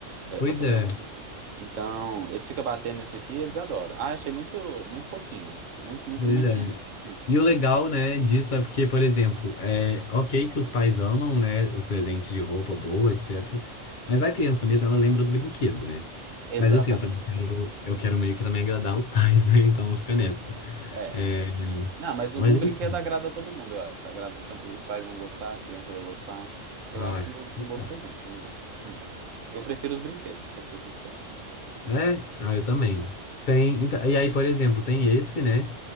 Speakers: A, on the right (about 80°); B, on the left (about 50°).
A: É,
B: pois
A: vai fazer
B: é,
A: um. né? Então, eles ficam batendo nesse aqui e eles adoram. Ah, achei muito, muito fofinho. Muito, muito
B: pois
A: bonitinho.
B: é.
A: Hum.
B: E o legal, né, disso é porque, por exemplo, é ok que os pais amam, né, os presentes de roupa boa, etc. Mas a criança mesmo, ela lembra do brinquedo, né?
A: Exatamente.
B: Mas assim, eu também quero, eu quero meio que também agradar os <laughs> pais, né? Então fica nessa.
A: É.
B: É,
A: Não, mas
B: mas
A: um, um
B: enfim.
A: brinquedo agrada a todo mundo, eu acho. Agrada tanto os pais vão gostar, a criança vai gostar. Eu
B: Ah,
A: acho um bom, um bom
B: tá.
A: presente, amigo. Hum. Eu prefiro os brinquedos, pra ser sincero.
B: é, ah, eu
A: Hum.
B: também. Tem, então, e aí, por exemplo, tem esse, né?